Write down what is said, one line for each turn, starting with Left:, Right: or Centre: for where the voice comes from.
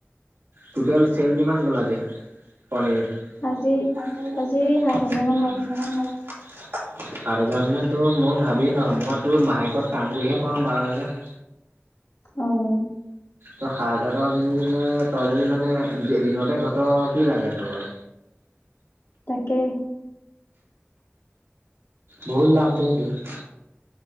Right: টুটেল চেল কিমান গ'ল আজি? পনীৰ।
Left: আজি
Right: আজি,
Left: সাত
Right: আজি
Left: হাজাৰ মান
Right: সাত
Left: গ'ল
Right: হেজামান গ'ল। সাত হেজাৰ মানে তোৰ মই ভাবিয়ে নোৱা, মই তোৰ মাহেকত কাম কৰিহে পাওঁ বাৰ হেজাৰ।
Left: অ্'
Right: তই সাত হাজাৰ টকা যদি মানে তই যদি মানে দে-দিনতে ঘ'ট আৰু কি লাগে তোক আৰু।
Left: তাকে
Right: বহুত লাভ দে তুৰ।